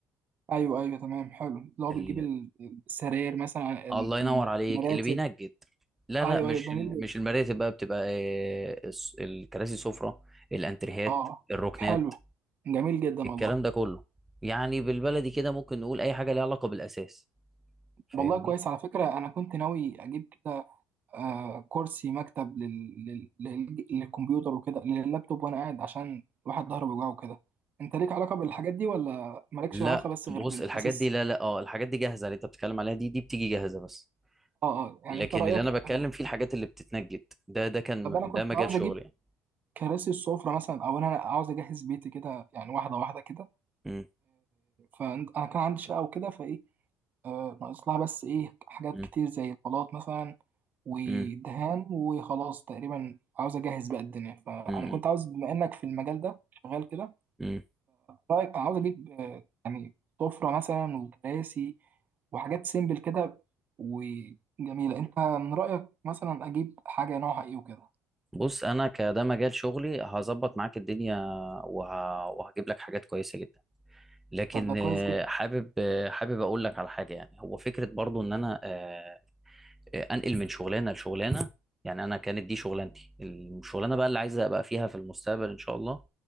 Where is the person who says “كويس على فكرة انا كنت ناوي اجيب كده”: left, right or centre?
Right